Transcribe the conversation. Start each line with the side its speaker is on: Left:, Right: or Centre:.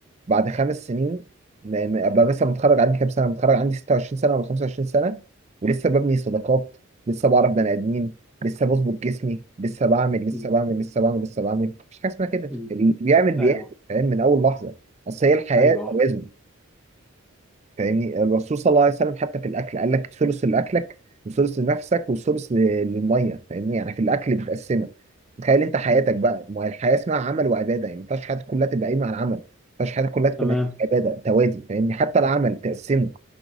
Right: بعد خمس سنين ما- ما- ابقى مثلا متخرج عندي كام سنه متخرج عندي 26 سنه ولا 25 سنه ولسه ببني صداقات لسه بعرف بني ادمين لسه بظبط جسمي لسه بعمل لسه
Centre: مم.
Right: بعمل لسه بعمل لسه بعمل مفيش حاجه اسمها كده
Centre: مم.
Right: اللي بيعمل بيعمل
Centre: ايوه
Right: فاهم من اول لحظه اصل هي الحياه
Centre: ايوه اه
Right: توازن فاهمني الرسول صلى الله عليه وسلم حتى في الاكل قال لك ثلث لاكلك وثلث لنفسك وثلث ل- للميه فاهمني يعني في الاكل بتقسمها تخيل انت حياتك
Centre: مم.
Right: بقى ما هي الحياه اسمها عمل وعباده يعني ما ينفعش حياتك كلها تبقى قايمه على العمل ما ينفعش حياتك كلها تكون
Centre: تمام
Right: قايمه على العباده توازي فاهمني حتى العمل تقسمه